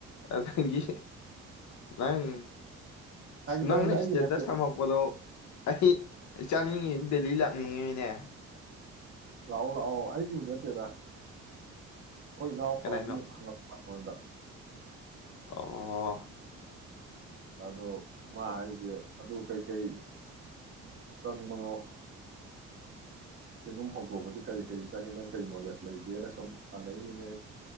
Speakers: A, on the left; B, on the right.
A: ꯑꯗꯒꯤ ꯅꯪ
B: ꯐꯥꯒꯤ
A: ꯅꯪꯅ
B: ꯇꯧꯅꯤꯗ ꯑꯩꯒꯤ
A: ꯏꯁꯇꯦꯇꯁ
B: ꯅꯠꯇꯦꯗ
A: ꯊꯝꯃꯛꯄꯗꯣ <unintelligible> ꯃꯤꯅꯦ
B: ꯂꯥꯛꯑꯣ ꯂꯥꯛꯑꯣ ꯑꯩꯒꯤꯕꯨꯗꯤ ꯅꯠꯇꯦꯗ ꯑꯩꯈꯣꯏ ꯏꯅꯥꯎꯄꯥꯒꯤꯨꯛꯪꯛꯄ
A: ꯀꯅꯥꯏꯅꯣ
B: ꯑꯣꯗ
A: ꯑꯣ
B: ꯑꯗꯣ ꯃꯥ ꯍꯥꯏꯁꯦ ꯑꯗꯨ ꯀꯩꯀꯩ ꯆꯪꯕꯅꯣ ꯆꯦꯡꯒꯨꯝ ꯍꯧꯗꯣꯛꯄꯁ ꯀꯔꯤ ꯀꯔꯤ ꯆꯪꯉꯦ ꯅꯪ ꯀꯔꯤ ꯅꯣꯂꯦꯖ ꯂꯩꯒꯦꯅ ꯁꯨꯝ ꯍꯪꯉꯛꯏꯅꯤꯅꯦ